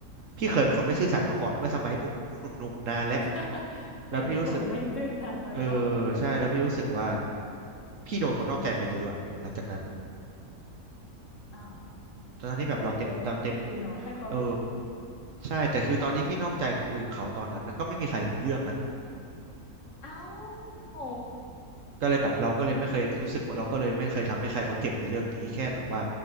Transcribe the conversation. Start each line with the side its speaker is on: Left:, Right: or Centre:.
Right: พี่เคยเป็นคนไม่ซื่อสัตย์มาก่อนเมื่อสมัยนู้นหนุ่มๆนานแล้ว
Left: <laughs>
Right: แล้วพี่รู้สึก
Left: เป็นคนไม่ซื่อสัตย์มาก่อนด้วย
Right: เออใช่แล้วพี่รู้สึกว่าพี่โดนคนนอกใจมาเยอะอะหลังจากนั้นอะ
Left: อ๋อ
Right: ตอนนั้นที่แบบเราเต็มเราเต็ม
Left: ทำไมโดนเอาคืนเนาะให้เขารู้สึก
Right: เออใช่แต่คือตอนที่พี่นอกใจคนอื่นเขาตอนนั้นนะก็ไม่มีใครรู้เรื่องนะ
Left: เอ้าโห
Right: อืมก็เลยแบบเราก็เลยไม่เคยรู้สึกว่าเราก็เลยไม่เคยทำให้ใครเขาเจ็บในเรื่องนี้แค่แบบว่า